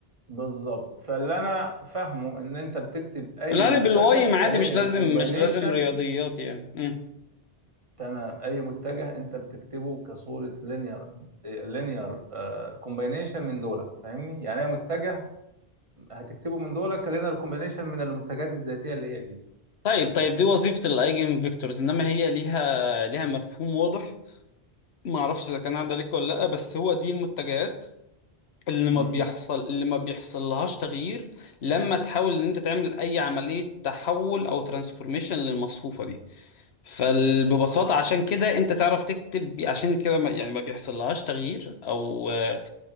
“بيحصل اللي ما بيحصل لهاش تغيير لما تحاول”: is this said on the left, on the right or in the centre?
Left